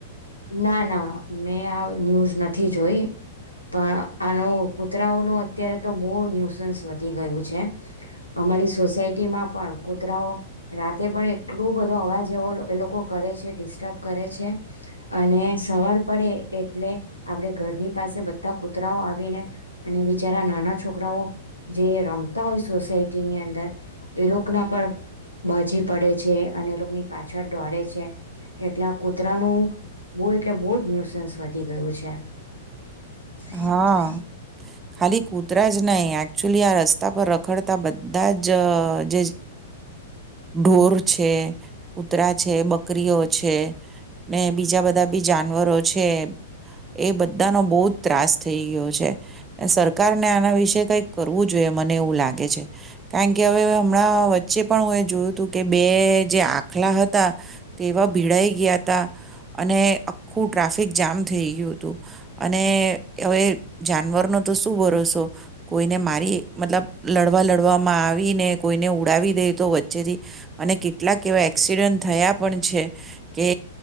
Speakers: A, on the left; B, on the right.
A: ના ના મેં આ ન્યૂઝ નથી જોઈ પણ આનું કૂતરાઓ ન અત્યારે તો બહુ ન્યુસન્સ વધી ગયું છે, અમારી સોસાયટીમાં પણ કૂતરાઓ રાતે પણ <unintelligible> બધો અવા એવો એ લોકો કરે છે ડિસ્ટર્બ કરે છે. અને સવાર પડે એટલે આપણે ઘરની પાસે બધા કૂતરાઓ આવીને અને બિચારા નાના છોકરાઓ જે રમતા હોય સોસાયટીની અંદર એ લોકોના પર બાજી પડે છે અને એ લોકોની પાછળ દોળે છે, એટલે આ કૂતરાનું. બહુ એટલે બહુ જ ન્યુસન્સ વધી ગયું છે. <unintelligible>
B: હા. ખાલી કૂતરા જ નહીં એકચુલી આ રસ્તા પર રખડતા બધા જ જે ઢોર છે, કૂતરા છે, બકરીઓ છે ને બીજા બધા બી જાનવરો છે એ બધાનો બો જ ત્રાસ થઈ ગયો છે. સરકારને આના વિશે કંઈક કરવું જોઈએ મને એવું લાગે છે કારણ કે હવે હમણાં વચ્ચે પણ હું એ જોયું હતું કે બે જે આખલા હતા તેવા ભીડાઈ ગયા હતા અને આખું ટ્રાફિક જામ થઈ ગયું હતું અને હવે જાનવરનો તો શું ભરોસો કોઈને મારી મતલબ લડવા લડવામાં આવી ને કોઈને ઉડાવી દે તો વચ્ચેથી અને કેટલાક એવા એક્સિડન્ટ થયા પણ છે કે